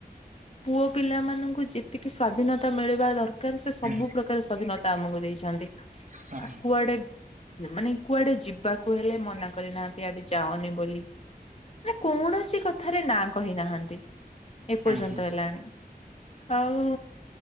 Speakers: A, on the left; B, on the right.
A: ପୁଅପିଲା ମାନଙ୍କୁ ଯେତିକି ସ୍ଵାଧୀନତା ମିଳିବା ଦର କାର ସେ ସବୁ
B: ହଁ
A: ପ୍ରକାର ସ୍ୱାଧୀନତା ଆମକୁ ଦେଇଛନ୍ତି,
B: ହଁ
A: ଆ କୁଆଡେ ମାନେ କୁଆଡେ ଯିବାକୁ ହେଲେ ମନା କରିନାହାଁନ୍ତି ଆଡେ ଯାଅନି ବୋଲି। ମାନେ କୌଣସି କଥାରେ ନାଁ କହିନାହାଁନ୍ତି।
B: ହଁ
A: ଏପର୍ଯ୍ୟନ୍ତ ହେଲାଣି, ଆଉ